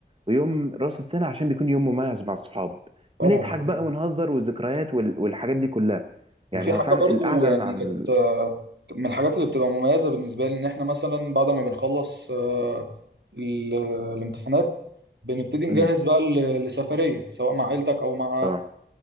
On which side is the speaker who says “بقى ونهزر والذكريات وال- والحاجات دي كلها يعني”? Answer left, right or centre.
Right